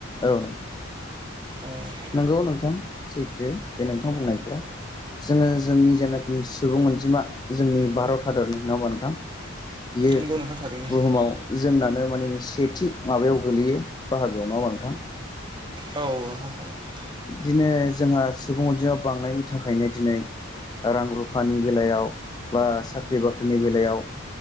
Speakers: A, on the left (about 20°); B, on the right (about 25°).
A: औ नोंथां।
B: औ नोंथां
A: नोंगौ नोंथां सैथो बे नोंथां बुंनायफोरा। जोङो जोंनि जेनाखि सुबुं अनजिमा जोंनि भारत हादरनि नङा होमबा नोंथां।? बियो
B: नंगौ नोंथां थारैनो
A: बुहुमाव जोंनानो माने सेथि माबायाव गोलैयो बाहागोआव नङा होमबा नोंथां।
B: औ <unintelligible>
A: बिदिनो जोंहा सुबुं अनजिमा बांनायनि थाखायनो दिनै रां रुफानि बेलायाव बा साख्रि बाख्रिनि बेलायाव